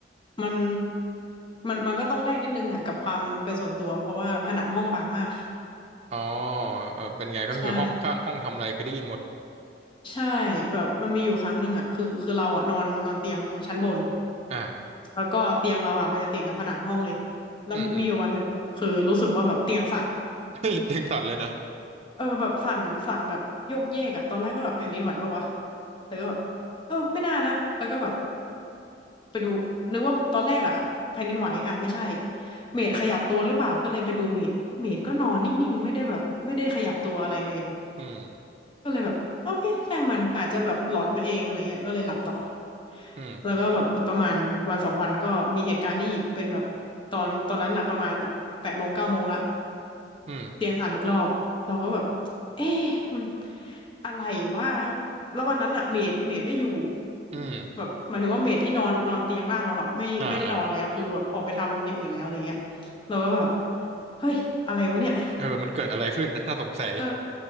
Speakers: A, on the left; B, on the right.
A: มันมันมันก็ต้องแลกนิดนึงอ่ะกับความเป็นส่วนตัวเพราะว่าผนังห้องบางมาก
B: อ๋อเออเป็นไงก็คือห้องข้างห้องทำอะไรเคยได้ยินหมด
A: ใช่ ใช่แบบมันมีอยู่ครั้งหนึ่งอ่ะคือคือเราอ่ะนอนนอนเตียงชั้นบน
B: อ่า
A: แล้วก็เตียงเราอ่ะมันจะติดกับผนังห้องเลยแล้วมีมีอยู่วันหนึ่งคือรู้สึกว่าแบบเตียงสั่น
B: อืมอืม <laughs> เฮ้ยเตียงสั่นเลยนะ
A: เออแบบสั่นสั่นแบบโยกเยกอะตอนแรกก็แบบแผ่นดินไหวปะวะแต่ก็แบบเออไม่น่านะแล้วก็แบบไปดูนึกว่าตอนแรกอ่ะแผ่นดินไหวอะไม่ใช่เมดขยับตัวหรือเปล่าก็เลยไปดูเมดเมดก็นอนนิ่งๆไม่ได้แบบไม่ได้ขยับตัวอะไรแรง
B: อืม
A: ก็เลยแบบโอเคช่างมันอาจจะแบบหลอนไปเองอะไรเงี้ยก็เลยหลับต่อ
B: อืม
A: แล้วก็แบบอีกประมาณวันสองวันก็มีเหตุการณ์นี้อีกเป็นแบบตอนตอนนั้นอะประมาณแบบแปดโมงเก้าโมงละ
B: อืม
A: เตียงสั่นอีกรอบเราก็แบบเอ๊ะมันอะไรวะแล้ววันนั้นอะเมดเมดไม่อยู่
B: อืม
A: แบบหมายถึงว่าเมดที่นอนนอนเตียงล่างเราอะไม่ไม่ได้นอนแล้วคือแบบออกไปทำอย่างอื่นแล้วอะไรเงี้ย
B: อ่าอ่า
A: เราก็แบบเฮ้ยอะไรวะเนี่ย
B: เออมันเกิดอะไรขึ้นนะน่าสงสัย
A: <laughs> เออ